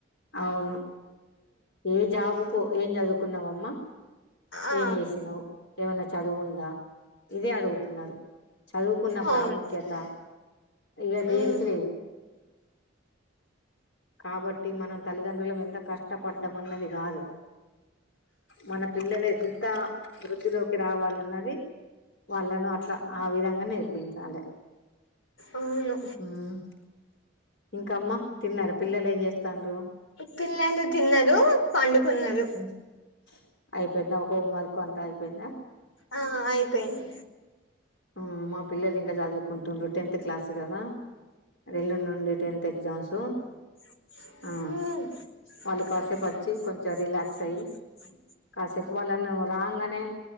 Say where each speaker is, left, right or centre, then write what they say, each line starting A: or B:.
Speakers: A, on the left; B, on the left.
A: అవును ఏ జాబుకో ఏం చదువుకున్నావ అమ్మా
B: ఆ
A: ఏం చేసినావు ఏమన్నా చదువుందా ఇదే అడుగుతున్నారు చదువుకున్న
B: అవును
A: ప్రాముఖ్యత ఇక దేనికి
B: ఉమ్
A: లేదు కాబట్టి మనం తల్లిదండ్రులము ఎంత కష్టపడ్డం అన్నది కాదు మన పిల్లలు ఎంత వృత్తి లోకి రావాలన్నది వాళ్ళను అట్లా ఆ విధంగా నేర్పించాలి
B: అవును
A: హ్మ్ ఇంకమ్మా తిన్నార పిల్లలు ఏం చేస్తాండ్రు
B: పిల్లలు తిన్నారు పండుకున్నారు
A: ఉమ్, అయిపోయిందా హోం వర్క్ అంతా అయిపోయిందా
B: ఆ అయిపోయింది
A: ఆ మా పిల్లలు ఇంకా చదువుకుంటున్రు టెన్త్ క్లాస్ కదా అదే ఎల్లుండి నుండి టెన్త్ ఎగ్జామ్స్
B: హ్మ
A: ఆ వాళ్ళు కాసేపు వచ్చి కొంచెం రిలాక్స్ అయ్యి కాసేపు వాళ్ళను రాగానే